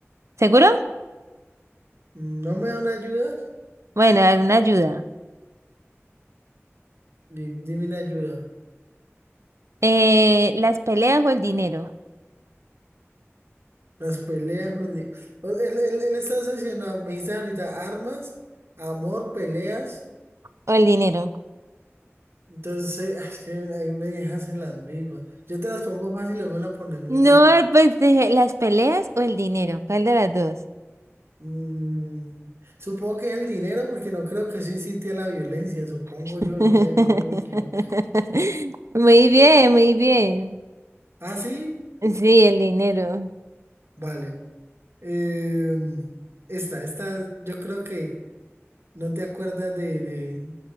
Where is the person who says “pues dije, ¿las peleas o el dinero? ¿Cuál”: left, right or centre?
Right